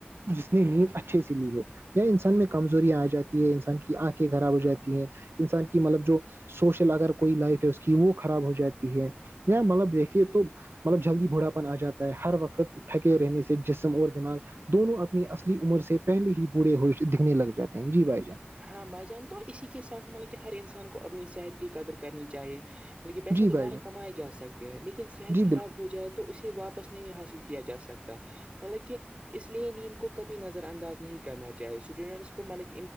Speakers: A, on the right; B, on the right.
A: جس نے لی اچھے سے لی ہو یا انسان میں کمزوریاں آ جاتی ہیں انسان کی آنکھیں خراب ہو جاتی ہیں انسان کی مطلب جو سوشل اگر کوئی لائف ہے اس کی وہ خراب ہو جاتی ہے مطلب دیکھیے تو مطلب جلدی بڑھا پپن آ جاتا ہے ہر وقت تھکے رہنے سے جسم اور دماغ دونوں اپنی اصلی عمر سے پہلے ہی برڑے ہو دکھنے لگ جاتے ہیں جی بھائی جان
B: ہاں بھائی جان تو اسی کے ساتھ مطلب کہ ہر انسان کو اپنی صحت کی قدر کرنی چاہیے بکہ پیسہ
A: جی
B: دوبارہ
A: بھائی جان
B: کمائے جا سکتے ہیں لیکن صحت
A: جی بالکل
B: خراب ہو جائے تو اسے واپس نہیں حاصل کیا جا سکتا مطلب کہ اس لیے نیند کو بھی نظر انداز نہیں کرنا چاہیے اسٹوڈنٹس کو ملک